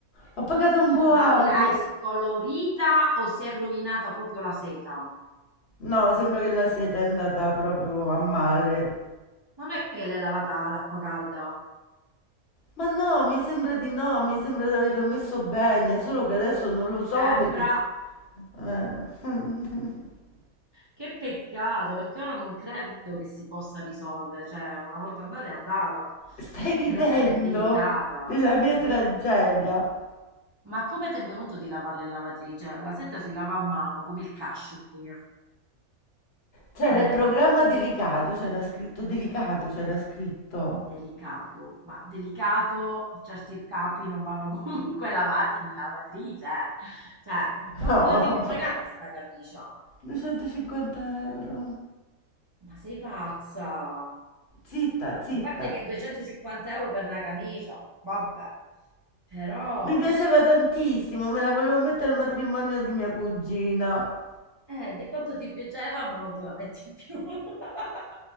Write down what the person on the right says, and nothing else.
Ma l'hai scolorita o si è rovinata proprio la seta?
Non è che l'hai lavata ad acqua calda?
Mi
sembra.
Che peccato, perché ora non credo che si possa risolvere. Cioè, una volta andata è andata.
E la seta è delicata.
Ma, ma come ti è venuto di lavarla in lavatrice? La seta si lava a mano, come il cashmere,
almeno.
Delicato, ma delicato, certi capi non vanno <laughs> comunque lavati in lavatrice. eh. Cioè, quanto
l'avevi
pagata sta camicia?
Ma sei pazza!
A parte che 250 euro per una camicia, vabbè, però,
eh, di quanto ti piaceva, ma non te la metti più. <laughs>